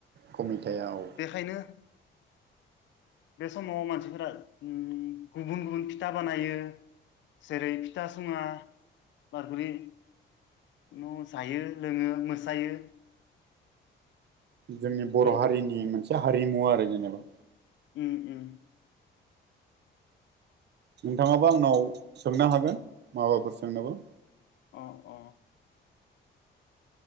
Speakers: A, on the right (about 60°); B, on the left (about 70°).
A: खमिथाया औ
B: बेखायनो बे समाव मानसिफोरा उम गुबुन गुबुन फिथा बानायो जेरै फिथा सुङा बारगि उाव जायो लोङो मोसायो
A: जोंनि
B: बेबायदि
A: बर हारिनि
B: आरो
A: मोनसे हारिमु आरो जेनेबा
B: उओ ओ
A: नोंथाङाबा आंनाव सोंनो हागोन माबाफोर सोंनोबो
B: अ अ